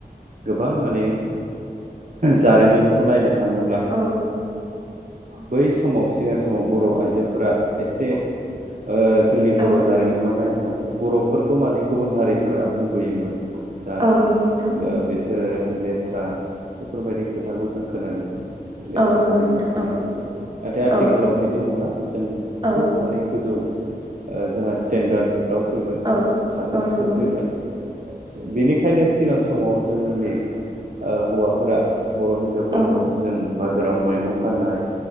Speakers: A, on the right; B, on the right.
A: गोबां माने जारिमिनखौ नायनो थाङोब्ला
B: औ
A: बै समाव सिगां समाव बर' आइजोफोरा एसे ओ जोंनि बर'
B: औ
A: जारिमिनाव नायनो थाङोब्ला बर'फोरखौ माने गुबुन हारिफोरा मुगैयोमोन दा
B: औ नंगौ नोंथां
A: ओ बिसोरो लेथ्रा बेफोरबायदि खोथाखौ जों खोनानो मोनो लेथ्रा
B: औ नंगौ
A: हारि
B: नोंथां
A: माहाहारि
B: औ
A: बेफोर नाथाय आथिखालाव
B: औ
A: बिदि नंला जों
B: औ
A: खुब माने गोजौ ओ जोंहा स्टेनडार्ड दाउ फैबाय
B: औ
A: साखोन
B: औ
A: सिखोन
B: नंगौ
A: फैबाय बेनिखायनो सिगां समाव जोंनि ओ हौवाफोरा बर' हिनजावफोरखौ जों
B: औ
A: बाजाराव मैंगं फाननाय